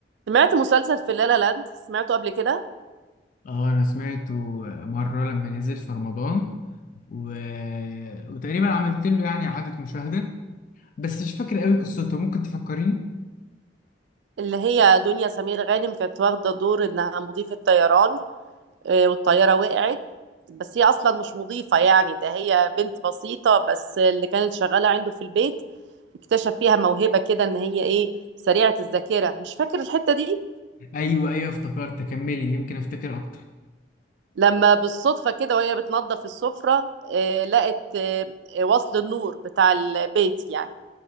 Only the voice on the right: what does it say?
سمعت مسلسل في لالا لاند سمعته قبل كده
اللي هي دنيا سمير غانم كانت واخدة دور انها مضيفة طيران آه، والطيارة وقعت بس هي اصلا مش مضيفة يعني ده هي بنت بسيطة بس اللي كانت شغالة عنده في البيت اكتشف فيها موهبة كده ان هي ايه سريعة الذاكرة مش فاكر الحتة دي
لما بالصدفة كده وهي بتنظف السفرة آه، لقت آه، آه، وصل النور بتاع البيت يعني